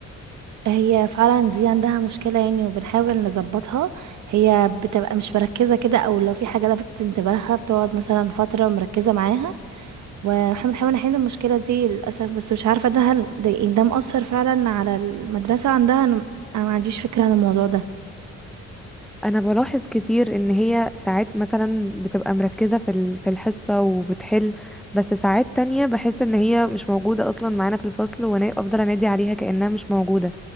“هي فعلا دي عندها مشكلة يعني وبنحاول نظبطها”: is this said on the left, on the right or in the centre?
Right